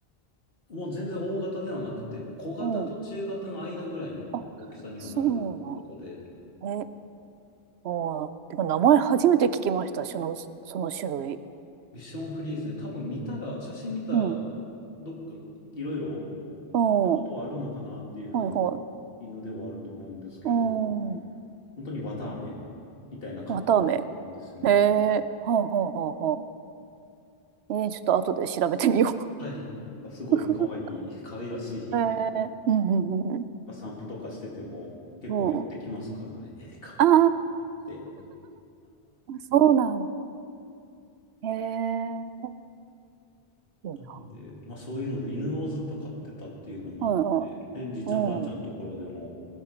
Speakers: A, on the left (about 60°); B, on the right (about 80°).
A: もう全然大型ではなくて、小型と中型の間ぐらいの大きさにはなるとこで、
B: うん。あ、そうなん。え、あーてか名前初めて聞きました。その、その種類。
A: ビションフリーズで多分見たら、写真見たら、
B: うん。
A: どっかいろいろ
B: うん。
A: ことはあるのかなっていう風な
B: はいはい。
A: 犬ではあると思うんですけど、
B: うん。
A: 本当に綿あめみたいなカット
B: 綿あめ
A: なんですよね。
B: へえ。はあはあはあはあ。えー、ちょっと後で調べてみよ
A: はい。すごい可愛い、
B: う。<laughs>
A: 可愛らしい。
B: へえ。うんうんうんう
A: ぱ散歩とかしてても結構寄ってきますからね。
B: ん。うん。
A: えー、かわいいって言って。
B: ああ、そうなん。へえ。いいな
A: なんで、まあそういうので犬をずっと飼ってたっていうのもあって、
B: はいはい。
A: で、じいちゃんばあちゃんのところでも、
B: うん。